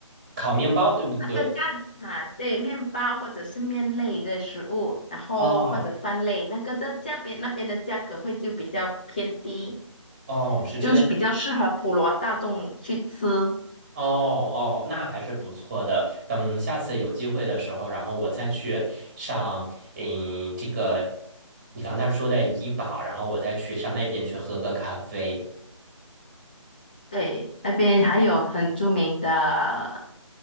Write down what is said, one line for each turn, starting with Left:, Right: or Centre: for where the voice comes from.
Right: 烤面包，对不对？
Left: 那个价哈对，面包或者是面类的食物，然后或者饭类，
Right: 哦
Left: 那个的价边那边的价格会就比较偏低，
Right: 哦，是这样。
Left: 就是比较适合普罗大众去吃。
Right: 哦哦，那还是不错的。等下次有机会的时候，然后我再去上，嗯，这个你刚才说的怡宝，然后我再去上那边去喝个咖啡。
Left: 对，那边还有很著名的